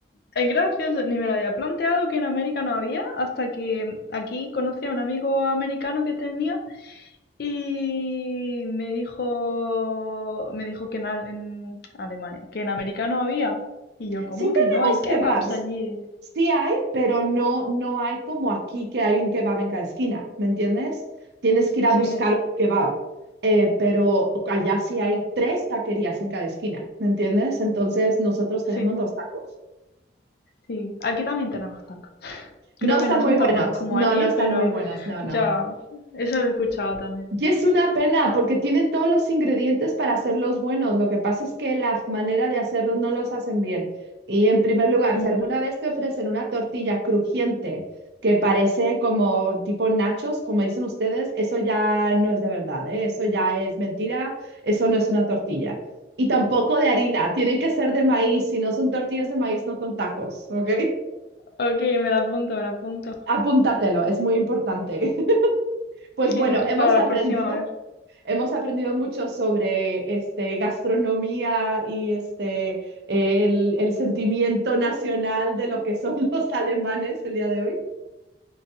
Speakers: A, on the left; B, on the right.
A: es gracioso, ni me lo había planteado que en América no había, hasta que aquí conocí a un amigo americano que tenía y me dijo, me dijo que en, Al- en Alemania, que en América no había. Y yo, ¿cómo
B: Sí tenemos
A: que no? Hay kebabs
B: kebabs,
A: allí.
B: sí hay, pero no, no hay como aquí que hay un kebab en cada esquina, ¿me entiendes? Tienes que ir
A: Sí,
B: a buscar un kebab, eh, pero allá sí hay tres taquerías en cada esquina, ¿me entiendes? Entonces nosotros
A: sí,
B: tenemos los tacos.
A: sí. Aquí también tenemos tacos. Creo
B: No están
A: que no son
B: muy
A: tan
B: buenos,
A: buenos como
B: no,
A: allí,
B: no están
A: pero
B: muy buenos, no,
A: ya,
B: no.
A: eso lo he escuchado también.
B: Y es una pena porque tienen todos los ingredientes para hacerlos buenos. Lo que pasa es que la manera de hacerlos no los hacen bien. Y en primer lugar,
A: Ujú.
B: si alguna vez te ofrecen una tortilla crujiente que parece como tipo nachos, como dicen ustedes, eso ya no es de verdad, ¿eh? Eso ya es mentira, eso no es una tortilla. Y tampoco de harina, tienen que ser de maíz. Si no son tortillas de maíz, no son tacos, ¿ok? <laughs>
A: Ok, me la apunto, me la apunto.
B: Apúntatelo, es muy importante. <laughs> Pues
A: Genial,
B: bueno, hemos
A: para la
B: aprendido.
A: próxima vez.
B: Hemos aprendido mucho sobre este, gastronomía y este, eh, el, el sentimiento nacional de lo que son <laughs> los alemanes el día de hoy.